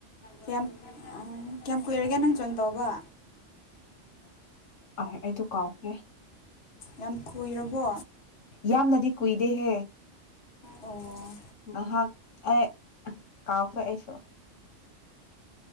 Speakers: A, on the left; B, on the left.
A: ꯀꯌꯥꯝ ꯀꯌꯥꯝ ꯀꯨꯏꯔꯒꯦ ꯅꯪ ꯖꯣꯏꯟ ꯇꯧꯕ
B: ꯑ ꯑꯩꯗꯨ ꯀꯥꯎꯈ꯭ꯔꯦ
A: ꯌꯥꯝ ꯀꯨꯏꯔꯕꯣ
B: ꯌꯥꯝꯅꯗꯤ ꯀꯨꯏꯗꯦꯍꯦ
A: ꯑꯣ
B: ꯉꯍꯥꯛ ꯑꯦ ꯀꯥꯎ ꯍꯣꯏ ꯑꯩꯁꯨ